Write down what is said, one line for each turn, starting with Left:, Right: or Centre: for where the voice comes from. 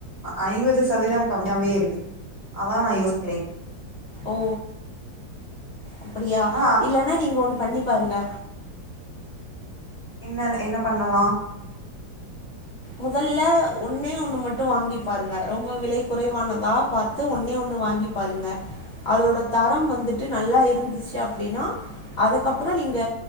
Right: ஐ ஐம்பது சதவீதம் கம்மியாவே இருக்குது அதா நா யோசிக்கிறேன்
Left: ஓ அப்டியா
Right: ஆனா
Left: இல்லன்னா நீங்க ஒன்னு பண்ணி பாருங்க
Right: என்ன இது என்ன பண்ணலா
Left: முதல்ல ஒண்ணே ஒண்ணு மட்டு வாங்கி பாருங்க ரொம்ப விலை குறைவானதா பாத்து ஒண்ணே ஒண்ணு வாங்கி பாருங்க அதோட தரம் வந்துட்டு நல்லா இருந்துச்சு அப்டினா அதுக்கப்புற நீங்க